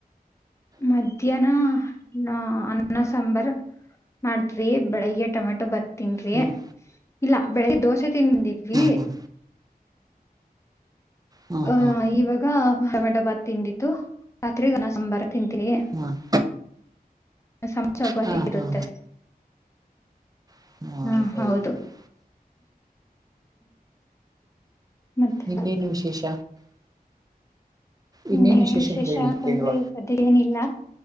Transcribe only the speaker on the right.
ಹ್ಮ್
ಹ್ಮ್ ಹ್ಮ್
ಹ್ಮ್ ಹ್ಮ್
ಹ್ಮ್
ಹಾ ಹಾ
ಹಾ
ಸರಿ
ಸರಿ
ಯಿನ್ ಏನ ವಿಶೇಷ. ಇನ್ನೇನು
ಹೇಳಿ
ಕೇಳುವ